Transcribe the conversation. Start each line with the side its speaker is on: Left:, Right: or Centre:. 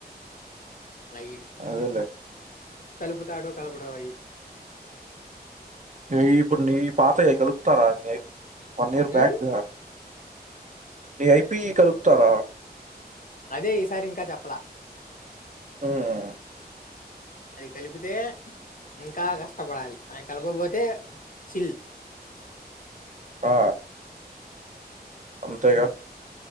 Left: అవి
Right: అదేలె
Left: కలుపుతాడో కలుపుడో అయి
Right: నవి ఇప్పుడు నీవి పాతాయే కలుపుతారా నీ అయిపోనాయి వన్ ఇయర్ బ్యాక్
Left: ఉమ్,
Right: నీ అయిపియి కలుపుతారా
Left: అదే ఈసారి ఇంకా చెప్పలా
Right: ఉమ్
Left: అవి కలిపితే ఇంకా కష్టపడాలి అవి కలపకపోతే చిల్
Right: ఆ అంతేగా